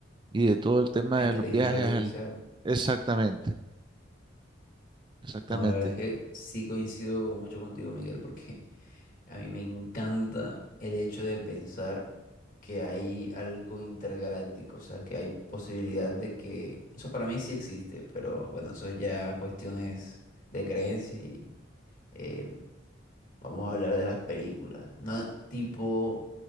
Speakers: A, on the right (about 25°); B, on the left (about 40°).
A: y de todo el tema
B: inteligencia
A: de los viajes
B: artificial.
A: al- Exactamente, exactamente.
B: No, la verdad es que sí coincido mucho contigo, Miguel, porque <laughs> a mí me encanta el hecho de pensar que hay algo intergaláctico, o sea, que hay posibilidad de que, o sea, para mí sí existe, pero bueno, eso ya cuestiones de creencias y eh, Vamos a hablar de las películas. Una tipo